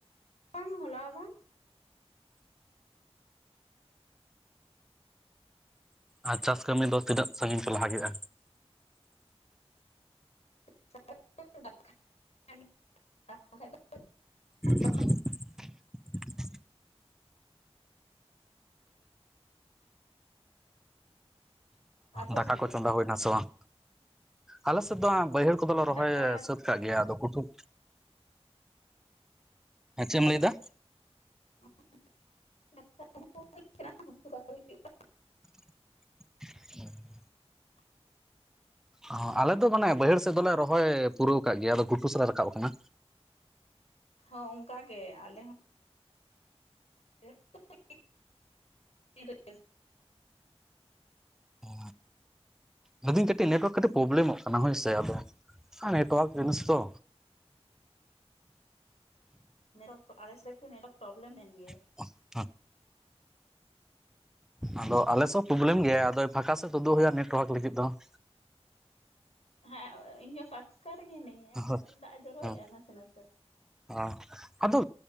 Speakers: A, on the left; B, in the centre.
A: ᱵᱟᱝ ᱦᱚᱞᱟ ᱦᱚ ᱵᱟᱝ᱾
B: ᱟᱨ ᱪᱟᱥ ᱠᱟᱹᱢᱤ ᱫᱚ ᱛᱤᱱᱟᱹᱜ ᱥᱟᱜᱤᱧ ᱯᱮ ᱞᱟᱦᱟ ᱠᱮᱫᱼᱟ?
A: <unintelligible>
B: <inaudible>
A: ᱟᱯᱮ
B: ᱫᱟᱠᱟ
A: ᱥᱮᱱ
B: ᱠᱚ
A: ᱫᱚ
B: ᱪᱚᱸᱫᱟ ᱦᱩᱭᱱᱟ ᱥᱮ ᱵᱟᱝ? ᱟᱞᱮ ᱥᱮᱫ ᱫᱚ ᱵᱟᱹᱭᱦᱟᱹᱲ ᱠᱚᱫᱚᱞᱮ ᱨᱚᱦᱚᱭ
A: ᱫᱟᱠᱟ
B: ᱥᱟᱹᱛ ᱪᱟᱜ <unintelligible> ᱜᱮᱭᱟ ᱟᱫᱚ ᱠᱩᱴᱩ <unintelligible> ᱦᱮᱸ ᱪᱮᱫ ᱮᱢ ᱞᱟᱹᱭᱮᱫᱟ?
A: <unintelligible>
B: <inaudible>
A: <inaudible>
B: ᱚ ᱟᱞᱮ ᱫᱚ ᱢᱟᱱᱮ ᱵᱟᱹᱭᱦᱟᱹᱲ ᱥᱮᱫ ᱫᱚᱞᱮ ᱨᱚᱦᱚᱭ ᱯᱩᱨᱟᱹᱣ ᱠᱟᱜ ᱜᱮᱭᱟ ᱟᱫᱚ ᱜᱷᱩᱴᱩ ᱥᱟᱫ ᱞᱮ ᱨᱟᱠᱟᱵ ᱟᱠᱟᱱᱟ᱾
A: ᱦᱚᱸ ᱚᱱᱠᱟ ᱜᱮ ᱟᱞᱮ ᱦᱚᱸ᱾ <unintelligible>
B: ᱚᱻ ᱞᱮᱫᱤᱧ ᱠᱟᱹᱴᱤᱡ ᱱᱮᱴᱳᱣᱟᱨᱠ ᱠᱟᱹᱴᱤᱡ ᱯᱨᱚᱵᱞᱮᱢᱚᱜ ᱠᱟᱱᱟ ᱦᱳᱭᱥᱮ, ᱟᱫᱚ ᱱᱮᱴᱳᱣᱟᱨᱠ ᱡᱤᱱᱤᱥ ᱛᱚ᱾
A: ᱱᱮᱴᱳᱣᱟᱨᱠ ᱟᱞᱮ ᱥᱮᱫ ᱮᱠᱴᱩ ᱱᱮᱴᱳᱣᱟᱨᱠ ᱯᱨᱚᱵᱽᱞᱮᱢ ᱮᱱ ᱜᱮᱭᱟ᱾
B: <inaudible> ᱟᱫᱚ ᱟᱞᱮ ᱥᱮᱫ ᱛᱩᱵᱞᱮᱢ ᱜᱮᱭᱟ ᱟᱫᱚ ᱯᱷᱟᱸᱠᱟ ᱥᱮᱫ ᱛᱩᱫᱩᱜ ᱦᱩᱭᱩᱜᱼᱟ ᱱᱮᱴᱳᱣᱟᱨᱠ ᱞᱟᱹᱜᱤᱫ ᱫᱚ᱾ <inaudible>
A: <inaudible> ᱤᱧ ᱦᱚᱸ ᱯᱷᱟᱠᱟ ᱨᱮᱜᱮ ᱦᱤᱱᱟᱹᱧᱟ
B: ᱦᱮᱸ
A: ᱮᱱᱠᱷᱟᱡ ᱫᱟᱜ ᱮ ᱡᱚᱨᱚ
B: ᱦᱮᱸ
A: ᱮᱜᱼᱟ ᱱᱟᱥᱮ ᱱᱟᱥᱮ᱾
B: <inaudible> ᱟᱫᱚ